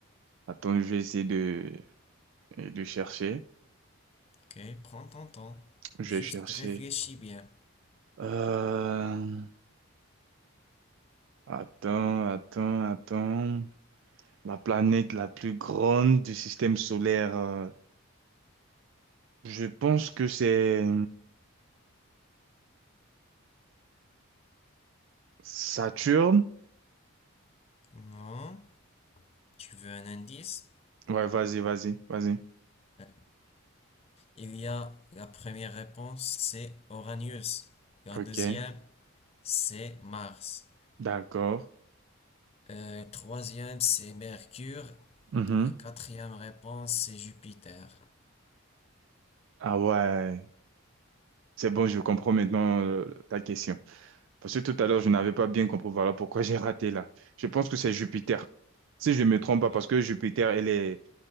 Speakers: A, on the right (about 60°); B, on the left (about 25°).
A: Attends, je vais essayer de, de chercher.
B: Ok, prends ton temps.
A: Je
B: Juste
A: vais chercher.
B: réfléchis bien.
A: Euh, Attends, attends, attends. La planète la plus grande du système solaire. euh, Je pense que c'est Saturne.
B: Non. Tu veux un indice?
A: Ouais, vas-y, vas-y, vas-y.
B: Euh, Il y a la première réponse, c'est Uranus. La
A: Ok,
B: deuxième, c'est Mars.
A: d'accord.
B: Euh, troisième, c'est Mercure.
A: Mhm.
B: La quatrième réponse, c'est Jupiter.
A: Ah ouais. C'est bon, je comprends maintenant euh, ta question. Parce que tout à l'heure, je n'avais pas bien compris. Voilà pourquoi j'ai raté là. Je pense que c'est Jupiter. Si je me trompe
B: Oui.
A: pas, parce que Jupiter, elle est